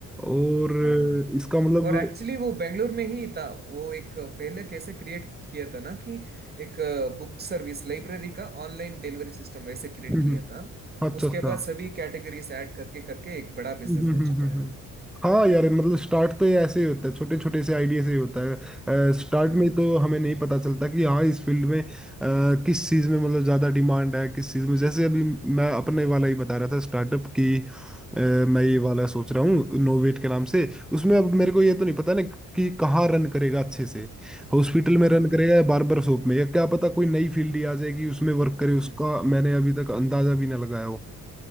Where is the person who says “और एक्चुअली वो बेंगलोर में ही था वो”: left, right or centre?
Right